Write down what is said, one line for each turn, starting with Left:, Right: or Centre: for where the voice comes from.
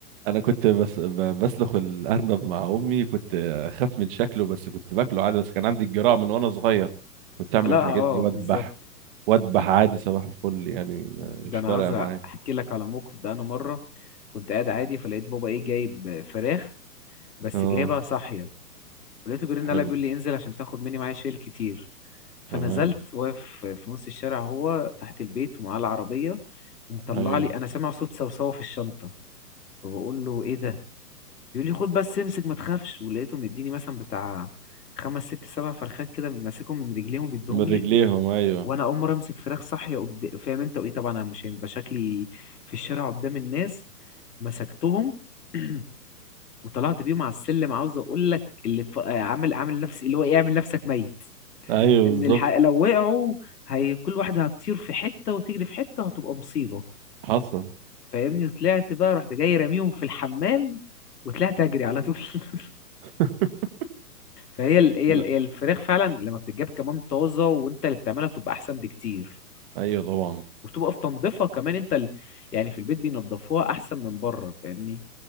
Right: انا كنت بس... ب... بسلخ الارنب مع امي كنت اخاف من شكله بس كنت باكله عادي بس كان عندي الجرأة من وانا صغير كنت اعمل
Left: لا
Right: الحاجات
Left: اه
Right: دي واذبح
Left: بالظبط
Right: وأدبح عادي صباح الفل يعني ما- مش
Left: ده انا
Right: فارقة
Left: عاوز
Right: معايا
Left: احكي لك على موقف ده انا مره كنت قاعد عادي فلقيت بابا ايه جايب فراخ بس
Right: اه
Left: جايبها صاحية ولقيته بيرن
Right: حلو
Left: عليا بيقول لي انزل عشان تاخد مني معايا شيل كتير فنزلت
Right: تمام
Left: واقف في نص الشارع هو تحت البيت ومعاه العربية ومطلع
Right: ايوه
Left: لي انا سامع صوت صوصوة في الشنطة فبقول له ايه ده بيقول لي خد بس امسك ما تخافش ولقيته مديني مثلا بتاع خمس ست سبع فرخات كده ماسكهم من رجليهم وبيديهم
Right: من رجليهم
Left: لي
Right: ايوه
Left: وانا اول مره امسك فراخ صاحيه قد... فاهم انت وايه طبعا انا مش هيبقى شكلي في الشارع قدام الناس مسكتهم <clears throat> وطلعت بيهم على السلم عاوز اقول لك اللي اتف- آه، عامل عامل نفسي اللي هو ايه اعمل نفسك ميت
Right: ايوه
Left: ان
Right: بالظبط
Left: الح... لو وقعوا هي كل واحده هتطير في حته وتجري في حته وهتبقى مصيبه
Right: حصل
Left: فاهمني طلعت بقى رحت جاي راميهم في الحمام وطلعت اجري على طول <laughs>
Right: <laughs>
Left: فهي ال... هي
Right: لا
Left: ال... هي الفراخ فعلا لما بتتجاب كمان طازه وانت اللي بتعملها بتبقى احسن بكتير
Right: ايوه طبعا
Left: وبتبقى في تنظيفها كمان انت ال... يعني في البيت بينضفوها احسن من بره فاهمني